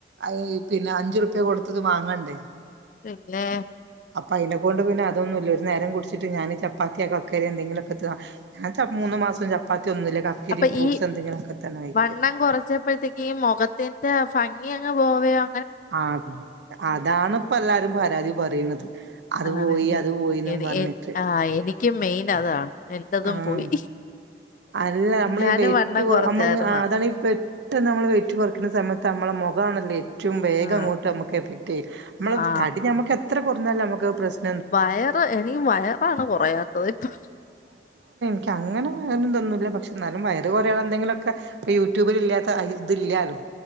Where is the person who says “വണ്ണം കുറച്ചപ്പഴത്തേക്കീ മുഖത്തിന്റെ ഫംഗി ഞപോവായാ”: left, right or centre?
Left